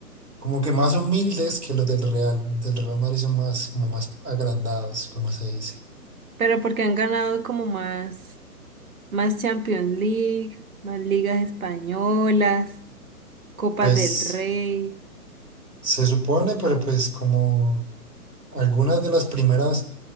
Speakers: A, on the right (about 80°); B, on the right (about 60°).
A: como que más humildes que los del Real, del Real Madrid son más, como más agrandados, como se dice.
B: Pero porque han ganado como más, más Champions League, más ligas españolas, Copas
A: Pues
B: del Rey.
A: se supone, pero pues como algunas de las primeras